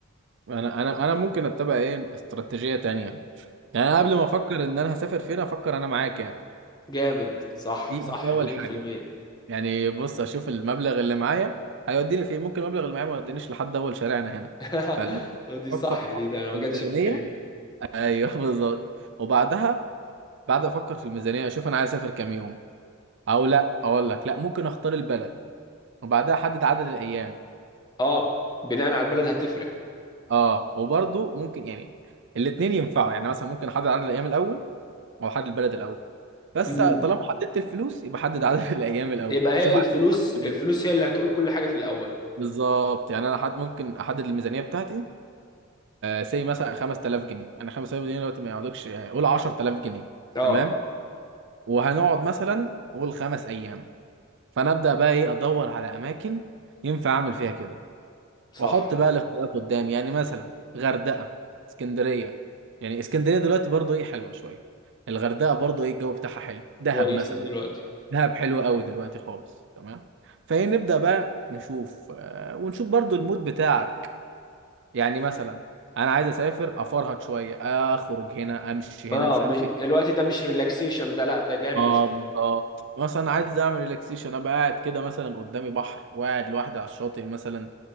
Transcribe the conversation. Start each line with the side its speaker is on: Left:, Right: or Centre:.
Right: انا انا انا ممكن اتبع ايه استراتيجيه تانية يعني انا
Left: اه
Right: قبل ما افكر ان انا هسافر فين افكر انا معايا كام
Left: جامد صح
Right: دي دي
Left: صح
Right: اول
Left: مليون
Right: حاجه
Left: في المية
Right: يعني بص اشوف المبلغ اللي معايا هيوديني فين ممكن المبلغ اللي معايا ما يودينيش لحد اول شارعنا هنا
Left: <laughs>
Right: فافكر
Left: طب دي صح
Right: افكر
Left: دي ده انا
Right: في
Left: ما
Right: الميزانيه
Left: جاتش في بالي دي
Right: ايوه <laughs> بالظبط وبعدها بعد ما افكر في الميزانيه اشوف انا عايز اسافر كام يوم او لا اقول لك لا ممكن اختار البلد وبعدها احدد عدد الايام
Left: اه بناء على البلد هتفرق
Right: اه وبرضه ممكن يعني الاثنين ينفعوا يعني مثلا ممكن احدد عدد الايام الاول او احدد البلد الاول بس
Left: امم
Right: طالما حددت الفلوس يبقى حدد عدد <laughs> الايام الاول
Left: يبقى هي
Right: اشوف
Left: الفلوس
Right: عايز أروح كام
Left: الفلوس
Right: يوم.
Left: هي اللي هتقول كل حاجة في الاول
Right: بالظبط يعني انا حد ممكن احدد الميزانيه بتاعتي سي مثلا 5000 جنيه انا 5000 جنيه دلوقتي ما يقعدوكش يعني قول 10000 جنيه
Left: اه
Right: تمام وهنقعد مثلا قول خمس ايام فانا ابدا بقى ايه ادور على اماكن ينفع اعمل فيها كده
Left: صح
Right: واحط بقى الاختيارات قدامي يعني مثلا غردقه اسكندريه يعني اسكندريه دلوقتي برضو ايه حلوه شويه الغردقه برضو ايه الجو بتاعها حلو دهب
Left: كويسين
Right: مثلا
Left: دلوقتي
Right: دهب حلو قوي دلوقتي خالص تمام فايه نبدا بقى نشوف آه، ونشوف برضو المود بتاعك يعني مثلا انا عايز اسافر افرهد شويه اخرج هنا امشي
Left: اه
Right: هنا مش
Left: مش
Right: عارف
Left: الوقت
Right: ايه
Left: ده مش ريلاكسيشن ده لا ده جري
Right: اه
Left: شويه
Right: بالظبط مثلا عايز اعمل ريلاكسيشن ابقى قاعد كده مثلا قدامي بحر وقاعد لوحدي على الشاطئ مثلا